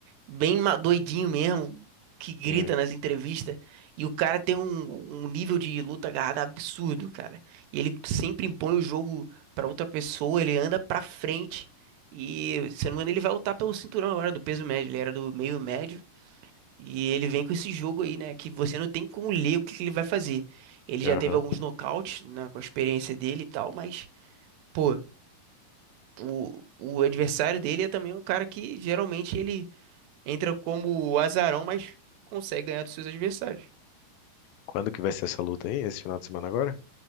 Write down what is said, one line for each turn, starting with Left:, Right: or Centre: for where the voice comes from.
Right: bem ma- doidinho mesmo, que grita
Left: Hum,
Right: nas entrevistas. E o cara tem um, um nível de luta agarrada absurdo, cara. E ele sempre impõe o jogo pra outra pessoa, ele anda pra frente. E, se não me engano, ele vai lutar pelo cinturão agora do peso médio. Ele era do meio médio. E ele vem com esse jogo aí, né? Que você não tem como ler o que que ele vai fazer. Ele
Left: aham.
Right: já teve alguns nocautes, né, com a experiência dele e tal, mas. Pô, o, o adversário dele é também um cara que geralmente ele entra como azarão, mas consegue ganhar dos seus adversários.
Left: Quando que vai ser essa luta aí? Esse final de semana agora?